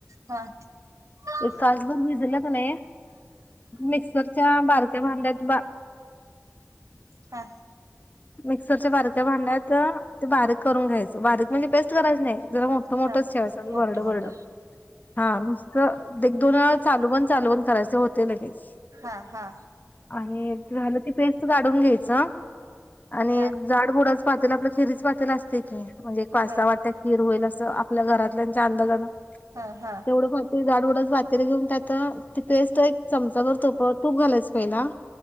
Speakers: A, on the right; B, on the left.
A: हा. हा
B: एक तासभर भिजल क नाय, मिक्सरच्या बारक्या भांड्यात बा
A: हा.
B: मिक्सरच्या बारक्या भांड्यात ते बारीक करून घ्यायचं. बारीक म्हणजे पेस्ट करायच नाही जरा मोठं मोठंच
A: हा
B: ठेवायंच
A: मोठ
B: बरडं
A: मोठ
B: बरड. हा नुसतं एक दोन वेळा चालू बंद चालू बंद करायच ते होतेय लगेच.
A: हा हा.
B: आणि ते झाल ती पेस्ट काढून घ्यायचं. आणि
A: हा
B: एक जाडबुडाच पातेल आपल्या खिरीच पातेल असते की, म्हणजे एक पासा
A: हा
B: वाटत खीर होईल असं आपल्या घरातल्यांच्या अंदाजान
A: हा हा
B: तेवढं फ त जाडबुडाच पातेलं घेऊन त्यात ती पेस्ट एक चमचा भर तो तूप घालायच पहिला.